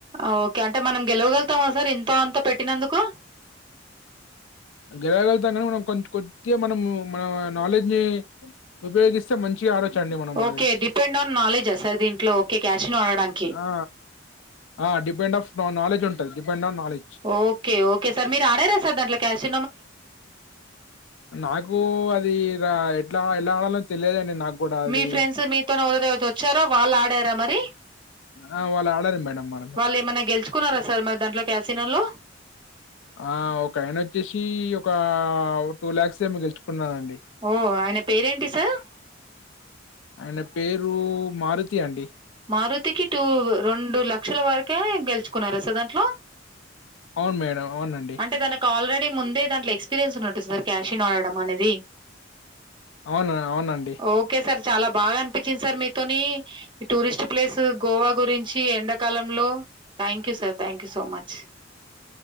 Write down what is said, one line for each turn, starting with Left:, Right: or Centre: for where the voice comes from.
Right: అ ఓకె అంటె మనం గెలవగల్తామ సర్ ఇంతో అంతో పెట్టినందుకు
Left: గెలగల్గుతం గనీ మనం కొంచ్ కొద్దిగా మనం మనా నాలెడ్జి ఉపయోగిస్తే మంచిగా ఆడోచండి మనం
Right: ఓకే
Left: అది
Right: డిపెండ్ ఆన్ నాలెడ్జా సార్ దీంట్లో ఓకే క్యాషినో ఆడడానికి
Left: ఆ అ డిపెండ్ ఆఫ్ న నాలెడ్జ్ ఉంటది depend on knowledge
Right: okay okay sir మీరు ఆడార సార్ దాంట్లో క్యాష్.
Left: నాకు అది, ఎట్లా ఎలా ఆడాలో తెలియదు అండి నాకు కూడా అది
Right: మీ ఫ్రెండ్స్ మీతోనే ఎవారోతో వచ్చారో వాళ్ళు ఆడారా మరి.
Left: ఆ వాళ్ళు ఆడారు మేడం మనలో
Right: వాళ్ళు ఏమైన్నా గెలుచుకున్నారా సార్ మరి దాంట్లో క్యాసిన లో
Left: ఆ ఒక ఆయన వచ్చేసి ఒక ఓ ట్వలాక్స్ ఏమో గెలుచుకున్నానండి
Right: ఓ ఆయన పేరేంటి సార్
Left: ఆయన పేరు మారుతి అండి.
Right: మారుతికి టూ రెండు లక్షల వరకే గెలుచుకున్నార సార్ దాంట్లో
Left: అవును మేడం అవునండి
Right: అంటే తనకు ఆల్రెడీ ముందే దాంట్లో ఎక్స్పీరియన్స్ ఉన్నటూ సార్ క్యాష్ నడడం అనేది
Left: అవును అవునండి
Right: ఓకే సార్ చాలా బాగా అనిపించింది సార్ మీతోని ఈ టూరిస్ట్ ప్లేస్ గోవా గురించి ఎండాకాలంలో thank you sir thank you so much